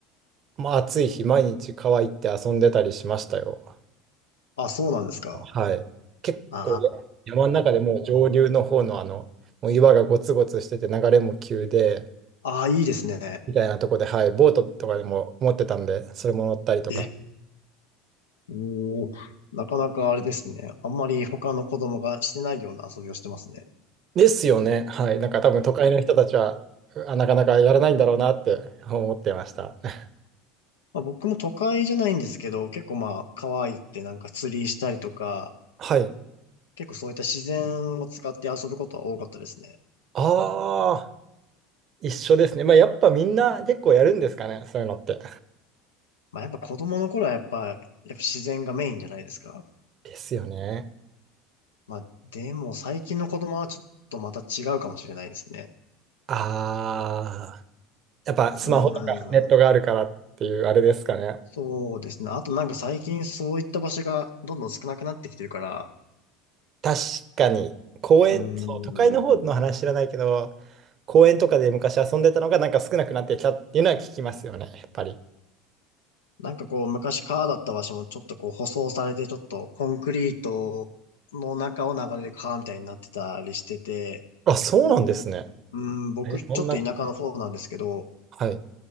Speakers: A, on the right; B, on the left.
A: まあ、暑い日、毎日川行って遊んでたりしましたよ。
B: あ、そうなんですか。
A: はい。結構ね、
B: あ
A: 山の中でもう上流の方のあの、
B: ー。
A: もう岩がゴツゴツしてて流れも急で、
B: あー、いいですね。
A: みたいなとこで、はい、ボートとかでも持ってたんで、それも乗ったりとか。
B: え、おー。なかなかあれですね。あんまり他の子供がしてないような遊びをしてますね。
A: ですよね。はい。なんか多分都会の人たちは、あなかなかやらないんだろうなって思ってました。<laughs>
B: まあ、僕も都会じゃないんですけど、結構まあ、川行ってなんか釣りしたりとか、
A: はい。
B: 結構そういった自然を使って遊ぶことは多かったですね。
A: ああ、一緒ですね。まあ、やっぱみんな結構やるんですかね、そういうのって。
B: まあやっぱ子供の頃はやっぱ、やっぱ自然がメインじゃないですか。
A: ですよね。
B: まあでも最近の子供はちょっとまた違うかもしれないですね。
A: ああ、やっぱスマホとかネットがあるからっていうあれですかね。
B: そうなんですねうーん。そうですね。あとなんか最近そういった場所がどんどん少なくなってきてるから、
A: 確かに、公園、
B: うーん。
A: そう都会の方の話知らないけど、公園とかで昔遊んでたのがなんか少なくなってきたっていうのは聞きますよね、やっぱり。
B: なんかこう、昔川だった場所もちょっとこう、舗装されて、ちょっとコンクリートの中を流れる川みたいになってたりしてて、
A: あ、そうなんですね。
B: うん、僕、
A: え、
B: ちょっと田舎の方なんですけど、
A: そんなこと、はい。